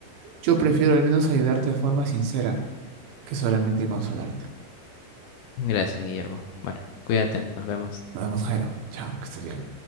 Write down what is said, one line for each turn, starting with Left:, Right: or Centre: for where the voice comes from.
Right: yo prefiero al menos ayudarte de forma sincera que solamente consolarte.
Left: Gracias, Guillermo. Bueno, cuídate, nos vemos.
Right: Nos vemos, Jairo. Chao, que estés bien.